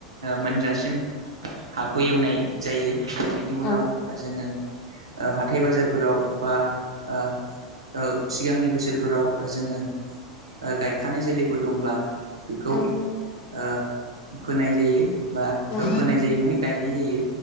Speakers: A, on the left; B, on the right.
A: औ
B: मोनजासिम हाखौ एवनाय जायो। बिनि उनाव
A: औ
B: जोङो ओ हाथाय बाजारफोराव बा ओ ओसिगांनि बोसोरफोराव जोङो। ओ गायखानाय जोलैफोर दंब्ला बेखौ
A: औ
B: ओ फोनाय जायो। बा
A: औ
B: फोनाय जायो माने गायनाय जायो